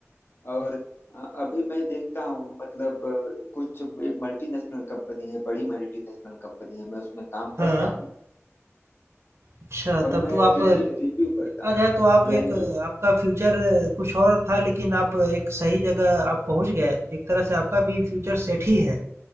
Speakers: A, on the left (about 50°); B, on the right (about 65°).
A: और अ, अभी मैं देखता हूँ मतलब अ, कुछ एक मल्टीनेशनल कंपनी है बड़ी मल्टीनेशनल कंपनी है मैं उसमें काम
B: हाँ।
A: करता हूँ
B: अच्छा
A: और
B: तब
A: मैं
B: तो आप
A: रिव्यू
B: देखा
A: रिव्यू करता हूँ
B: जाए तो आप
A: लैंग्वेज
B: एक आपका फ्यूचर कुछ और था लेकिन आप एक सही जगह आप पहुँच गए। एक तरह से आपका भी फ्यूचर सेट ही है।